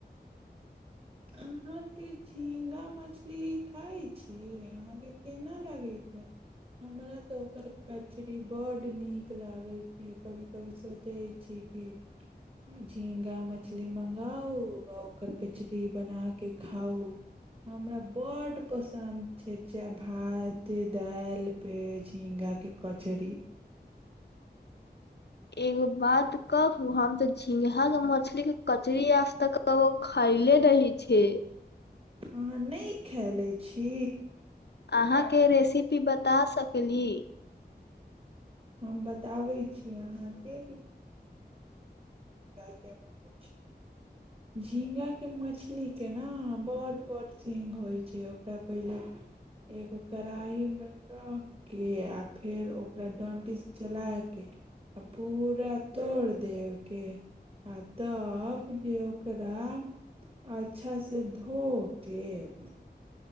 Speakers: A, on the right; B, on the left.
A: अहाँके झिङगा मछली खाइ छी अहाँके केना लागैत छै हमरा तऽ ओकर कचरी बड्ड नीक लागैत छै कभी कभी सोचै छी कि झींगा मछली मँगाउ आ ओकर कचरी बनाके खाउ हमरा बड पसन्द छै चाह भात दालि पे झींगा के कचड़ी
B: एगो बात कहू हम त झिंगाह के मछली के कचरी आज तक ओ खैले रहै छै
A: अहाँ नहि खैलै छी
B: अहाँके रेसिपी बता सकली
A: हम बताबै छी अहाँके अ <inaudible> झिङ्ंगाके मछलीके न बड बड सिङ्घ होइ छै ओकरा पहिले एगो कड़ाहीमे रख कऽ आब फेर ओ ओकरा डंटी चला के आ पूरा तोड़ देबके आ तब जे राम अच्छासे धो के <inaudible>